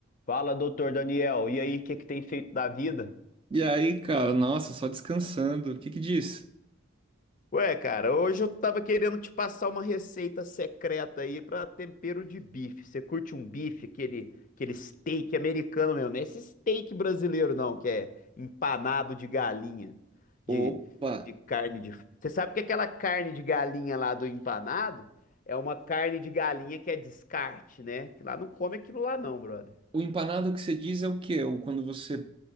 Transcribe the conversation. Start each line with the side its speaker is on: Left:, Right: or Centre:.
Left: Fala, doutor Daniel. E aí, o que que tem feito da vida?
Right: E aí, cara, nossa, só descansando. O que que diz?
Left: Ué, cara, hoje eu tava querendo te passar uma receita secreta aí pra tempero de bife. Você curte um bife, aquele, aquele steak americano mesmo, não é esse steak brasileiro não, que é empanado de galinha, de,
Right: Opa!
Left: de carne de... Você sabe que aquela carne de galinha lá do empanado é uma carne de galinha que é descarte, né? Que lá não come aquilo lá não, brother.
Right: O empanado que você diz é o quê? O quando você